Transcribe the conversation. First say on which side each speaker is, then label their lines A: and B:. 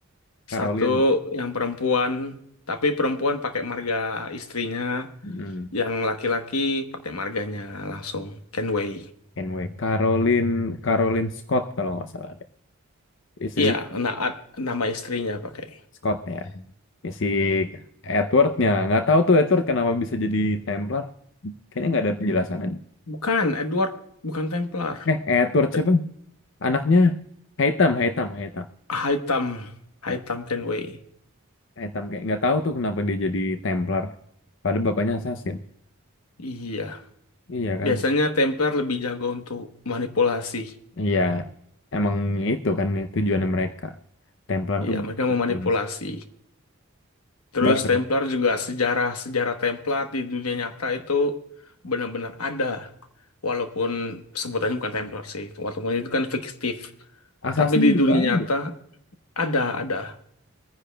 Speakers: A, on the left (about 55°); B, on the left (about 85°).
A: Caroline,
B: satu yang perempuan, tapi perempuan pakai marga istrinya.
A: hmm,
B: yang laki-laki pakai marganya langsung Kenway.
A: anyway, Caroline, Caroline Scott kalau nggak salah ada. Istrinya
B: Iya, Naat nama istrinya pakai.
A: Scott ya. Ya, Si Edwardnya nggak tahu tuh Edward kenapa bisa jadi Templar. Kayaknya nggak ada penjelasan aja.
B: Bukan Edward, bukan Templar.
A: Eh, Edward siapa?
B: Ed-
A: Anaknya Haitam, Haitam, Haitam,
B: Hitam, Hitam
A: Hai-
B: Kenway.
A: Haitam kayak nggak tahu tuh kenapa dia jadi Templar. Padahal bapaknya assassin.
B: Iya,
A: Iya kan?
B: biasanya Templar lebih jago untuk manipulasi.
A: Iya, emang itu kan tujuannya mereka. Templar
B: Iya,
A: tuh buat
B: mereka memanipulasi.
A: influence.
B: Terus
A: baru.
B: Templar juga sejarah-sejarah Templar di dunia nyata itu benar-benar ada. Walaupun sebutannya bukan Templar sih, walaupun itu kan fiktif.
A: Assassin
B: Tapi di
A: juga
B: dunia
A: ada.
B: nyata ada, ada.